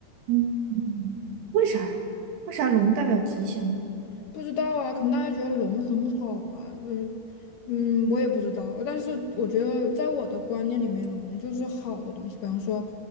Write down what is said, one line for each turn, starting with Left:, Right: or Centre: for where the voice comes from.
Right: 嗯，嗯嗯为啥呀？为啥龙代表吉祥呢？
Left: 不知道啊，可能大家觉得龙很好啊，嗯嗯，我也不知道。但是我觉得，在我的观念里面，龙就是好的东西。比方说，